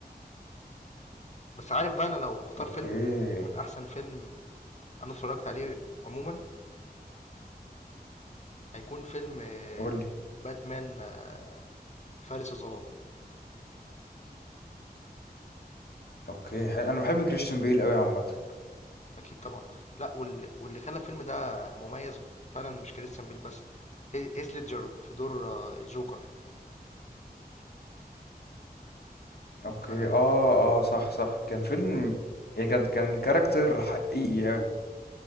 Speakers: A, on the left; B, on the left.
A: بس عارف بقى انا لو هختار
B: اوكي
A: فيلم هيكون احسن فيلم انا اتفرجت عليه عموما هيكون فيلم آه،
B: قول لي
A: باتمان آه، فارس الظلام
B: اوكي حلو. انا بحب كريستيان بيل قوي عامه
A: اكيد طبعا لا واللي, واللي خلى الفيلم ده مميز فعلا مش كريستيان بيل بس هي- هيث ليدجر في دور آه، الجوكر
B: اوكي
A: ف
B: اه اه صح صح كان فيلم يعني كان كان كاركتر حقيقي قوي